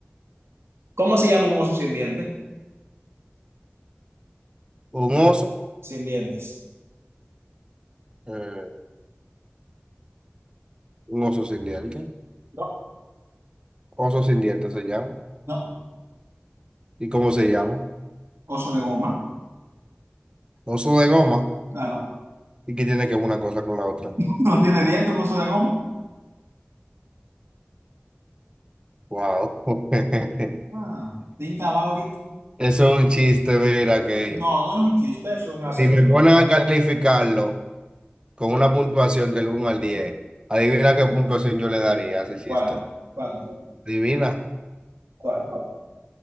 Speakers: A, on the right; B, on the right.
A: ¿Cómo se llama un oso sin dientes?
B: Un oso.
A: Sin dientes.
B: eh, un oso sin dientes.
A: No,
B: Oso sin dientes se llama.
A: no.
B: ¿Y cómo se llama?
A: Oso de goma.
B: Oso de goma.
A: Claro. <laughs>
B: ¿Y qué tiene que ver una cosa con la otra?
A: No tiene dientes, un oso de goma.
B: Wow. <laughs>
A: Ah, tinta va ahorita.
B: Eso es un chiste, mira, que
A: No, no es un chiste, eso es un acertijo.
B: si me ponen a calificarlo con una puntuación del uno al diez adivina qué puntuación yo le daría a ese chiste.
A: ¿Cuál? ¿Cuál?
B: Divina.
A: ¿Cuál?